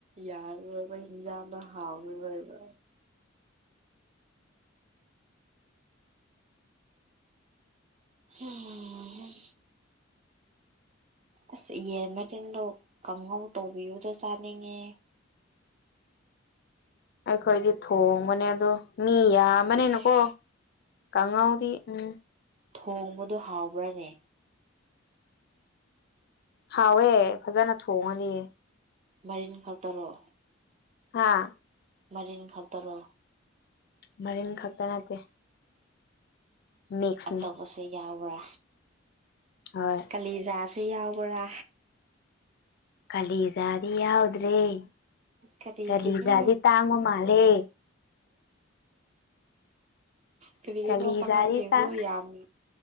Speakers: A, on the right (about 35°); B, on the left (about 55°).
A: ꯌꯥꯔꯨꯔꯣꯏꯕ ꯏꯟꯖꯥꯡꯅ ꯍꯥꯎꯔꯨꯔꯣꯏꯕ ꯎꯝ ꯑꯁ ꯌꯦ ꯃꯗꯤꯤꯟꯗꯣ ꯀꯥꯡꯪꯍꯧ ꯇꯧꯕꯤꯌꯨꯗ ꯆꯥꯅꯤꯡꯉꯦ
B: ꯑꯩꯈꯣꯏꯗꯤ ꯊꯣꯡꯕꯅꯦ ꯑꯗꯣ ꯃꯤ ꯌꯥꯝꯕꯅꯤꯅꯀꯣ
A: ꯏꯁ
B: ꯀꯥꯡꯪꯉꯥꯎꯗꯤ ꯎꯝ
A: ꯊꯣꯡꯕꯗꯨꯣ ꯍꯥꯎꯕ꯭ꯔꯥꯅꯦ
B: ꯍꯥꯎꯑꯦ ꯐꯖꯅ ꯊꯣꯡꯉꯅꯤꯑ
A: ꯃꯔꯤꯟ ꯈ ꯇꯔꯛꯣ
B: ꯍꯥꯥ
A: ꯇꯔꯤꯡ ꯈꯇꯔꯣ
B: ꯃꯔꯤꯟ ꯈꯛꯇ ꯅꯠꯇꯦ ꯃꯤꯛꯁꯅꯤ
A: ꯑꯇꯣꯞꯄꯁꯨ ꯌꯥꯎꯕ꯭ꯔꯥ
B: ꯍꯣꯏ
A: ꯀꯥꯂꯤꯖꯥꯁꯨ ꯌꯥꯎꯕ꯭ꯔꯥ
B: ꯈꯂꯖꯥꯗꯤ ꯌꯥꯎꯗ꯭ꯔꯔꯤ
A: ꯀꯔꯤꯒꯤꯅꯣ
B: ꯀꯂꯤꯖꯗꯤ ꯇꯥꯡꯉꯣ ꯃꯥꯂꯦ
A: ꯀꯔꯤꯒꯤꯅꯣ
B: ꯀꯂꯤꯖꯥꯗꯤ
A: ꯄꯥꯈꯪꯁꯤꯡꯁꯨ
B: ꯇꯥꯡ
A: ꯌꯥꯝ